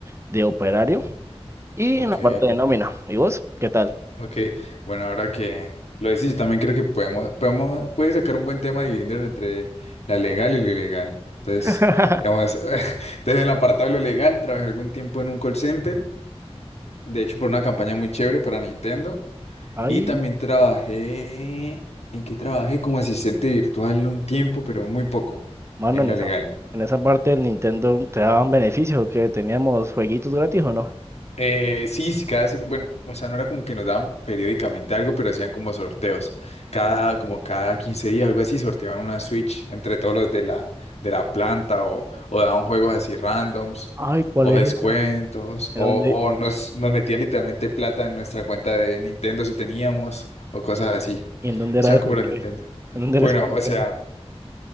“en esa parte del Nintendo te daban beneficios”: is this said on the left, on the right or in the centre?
Right